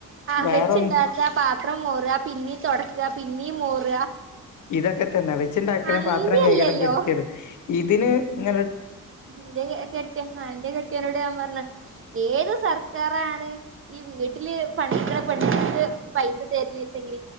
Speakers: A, on the right; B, on the left.
A: ആ
B: വേറൊന്നും
A: വെച്ചുണ്ടാക്കാ പാത്രം മോറുക പിന്നെയും തുടക്ക പിന്നീ മോറ
B: ഇതൊക്കെ തന്നെ വെച്ചിണ്ടാക്കലും
A: അന്ത്യല്ലല്ലോ
B: പാത്രം കൈകലും പലിക്കലും അതിന് ഞ
A: എന്റെ കെട്ടിയ എന്റെ കെട്ടിയനോട് ഞാൻ പറഞ്ഞ ഏത് സർക്ക സർക്കാണ് ഈ വീട്ടില് പണിുള്ള പെണ്ൾക്ക് പൈസ ത വെച്ചെങ്കിൽ